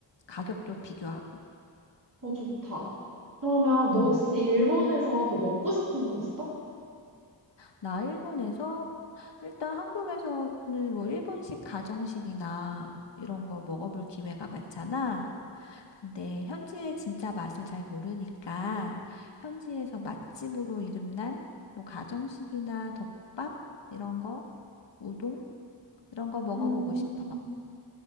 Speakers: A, on the left; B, on the right.
A: 가격도 비교하고.
B: 어, 좋다. 그러면 너
A: 음.
B: 혹시 일본에서 뭐 먹고 싶은 거 있어?
A: 나 일본에서 일단 한국에서는 뭐 일본식 가정식이나 이런 거 먹어볼 기회가 많잖아. 근데 현지의 진짜 맛을 잘 모르니까 현지에서 맛집으로 이름난 뭐 가정식이나 덮밥 이런 거, 우동 이런 거 먹어보고
B: 음,
A: 싶어.